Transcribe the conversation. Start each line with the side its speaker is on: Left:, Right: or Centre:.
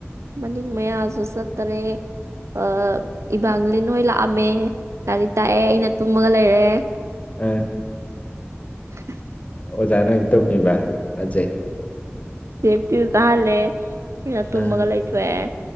Right: ꯃꯅꯤꯡ ꯃꯌꯥꯁꯨ ꯆꯠꯇꯔꯦ ꯑ ꯏꯕꯥꯥꯡꯂꯤꯟ ꯍꯣꯏ ꯂꯥꯛꯑꯝꯃꯦ ꯂꯥꯏꯔꯤꯛ ꯇꯥꯛꯑꯦ ꯑꯩꯅ ꯇꯨꯝꯃꯒ ꯂꯩꯔꯦ
Left: ꯑ
Right: <inaudible>
Left: ꯑꯣꯖꯥꯅ ꯑꯣꯏꯅ ꯇꯨꯝꯃꯤꯕ ꯐꯖꯩ
Right: ꯁꯦꯞꯇꯤ ꯗꯨ ꯇꯥꯛꯍꯜꯂꯦ ꯑꯩꯅ ꯇꯨꯝꯃꯒ
Left: ꯑꯥ
Right: ꯂꯩꯊꯣꯛꯑꯦ